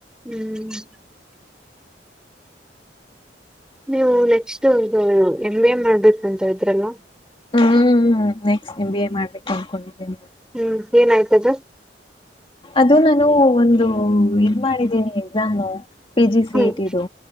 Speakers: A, in the centre; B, on the left.
A: ಹ್ಮ್ ನೀವು ನೆಕ್ಸ್ಟ್ ಇದು ಎಮ್ ಬಿ ಎ ಮಾಡ್ಬೇಕು ಅಂತ ಇದ್ರಲ್ಲ.
B: ಹ್ಮ್ ನೆಕ್ಸ್ಟ್ ಎಂ ಬಿ ಎ ಮಾಡ್ಬೇಕು ಅನ್ಕೊಂಡಿದ್ದೆ
A: ಹ್ಮ್ ಏನ್ ಆಯ್ತಕ
B: ಅದು ನಾನು ಒಂದು ಇದ್ ಮಾಡಿದ್ದೇನಿ ಎಕ್ಸಾಮು. ಪಿ ಜಿ ಸಿ
A: ಹ್ಮ್
B: ಇಟಿದು